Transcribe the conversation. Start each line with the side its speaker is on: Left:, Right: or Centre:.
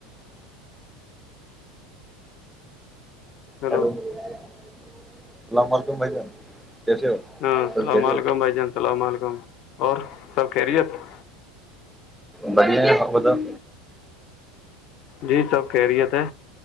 Centre: ا <inaudible>
Left: hello
Centre: کو <inaudible> اسلام علیکم بھائی جان <unintelligible>
Left: ہاں السلام
Centre: سب خیریت
Left: علیکم بھائی جان السلام علیکم <unintelligible> اور سب کہہرییت <unintelligible>
Centre: بڑیا ہو تو <inaudible>
Left: جی سب <inaudible> خیریت تھا